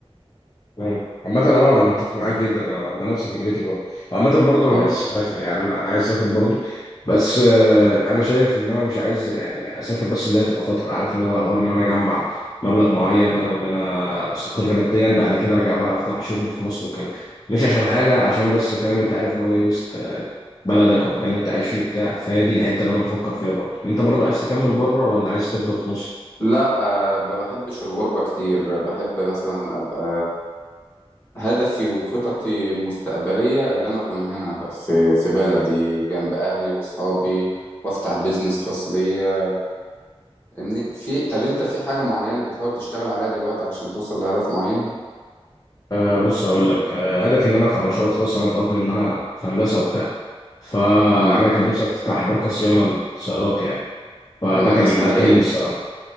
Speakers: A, on the left (about 35°); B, on the left (about 20°).
A: مم. عامة اه انا متفق معاك جدا انا ده نفس فكرتي برضه عامة برضه
B: اه
A: انا نفسي اسافر يعني انا انا عايز اسافر برضه بس آه، انا شايف ان انا مش عايز يعني اسافر بس اللي هي تبقى فترة عارف اللي هو حوار ان انا اجمع مبلغ معين او ان انا استقر ماديا بعد كده ارجع بقى افتح شغل في مصر وكده مش عشان حاجة عشان بس فاهم انت عارف اللي هو ايه وسط آه، بلدك والمكان اللي انت عايش فيه وبتاع فهي دي الحتة اللي انا بفكر فيها برضه انت برضه عايز تكمل بره ولا عايز تفضل في مصر؟
B: لا آه، ما بحبش الغربة كتير بحب مثلا أبقى هدفي وخططي المستقبلية اللي أنا أكون هنا في في بلدي جنب أهلي وأصحابي وأفتح بيزنس خاص ليا إن- في طب أنت في حاجة معينة بتحاول تشتغل عليها دلوقتي علشان توصل لهدف معين؟
A: أه بص هقول لك أه هدفي ان انا افتح مشروع خاص انا بحكم ان انا في هندسه وبتاع فانا
B: مم.
A: كان نفسي افتح مركز صيانه للسيارات يعني فده
B: مهندس
A: كان
B: ميكانيكا
A: حلمي الصراحه